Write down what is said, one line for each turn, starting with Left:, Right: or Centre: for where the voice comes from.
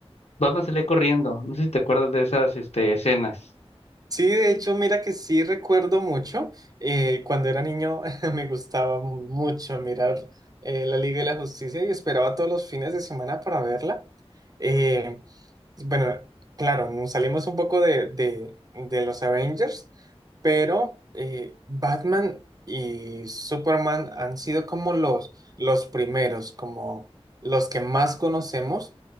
Left: Batman salía corriendo. No sé si te acuerdas de esas este, escenas.
Right: Sí, de hecho, mira que sí recuerdo mucho. eh, cuando era niño <laughs> me gustaba mu- mucho mirar eh, la Liga de la Justicia y esperaba todos los fines de semana para verla. Eh, bueno, claro, nos salimos un poco de, de- de los Avengers, pero eh, Batman y Superman han sido como los, los primeros, como los que más conocemos.